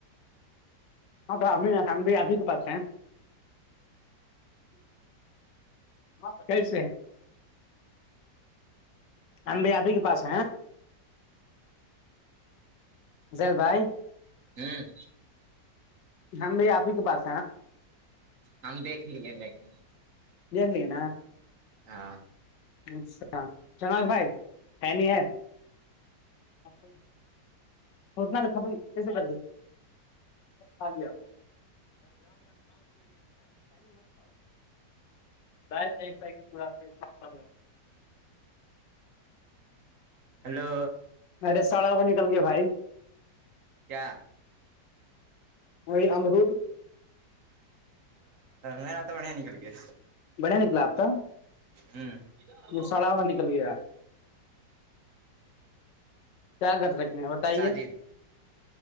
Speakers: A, on the left; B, on the right.
A: ہاں تو ہمیں ہم بھی ابھی کے پاس ہیں ہاں پکل سے آم بھیائی آب <unintelligible> پاس جیید بھائی <unintelligible>
B: ہوں
A: ہماں بھائی آپ ہی کے پس
B: ہم دیکھ لیے دیکھنے
A: جرلیین <unintelligible>
B: ہاں
A: اچھا شناز بھائی نی ہے <unintelligible> اپ <unintelligible> <unintelligible> فتنا خبر کیسے کر دی <unintelligible> <unintelligible> جائ نہیں ایک پیک <unintelligible>
B: ہلو
A: ارے ساڑا کو نکل کے بھائی
B: کیا
A: وہ امرود <unintelligible>
B: میرا تو بڑھیا نکل گیا
A: بنیا نکلا آتا
B: ہوں
A: سڑا ہو نکل گیا کیا کر سکتے ہیں بتائیے
B: ساجد